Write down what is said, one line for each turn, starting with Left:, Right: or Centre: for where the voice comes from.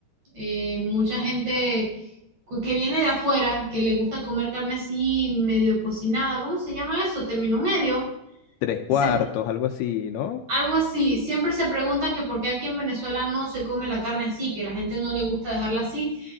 Right: eh, mucha gente cu- que viene de afuera, que le gusta comer carne así medio cocinada, ¿cómo se llama eso? Término medio.
Left: Tres cuartos,
Right: Se
Left: algo así, ¿no?
Right: algo así, siempre se preguntan que por qué aquí en Venezuela no se come la carne así, que la gente no le gusta dejarla así.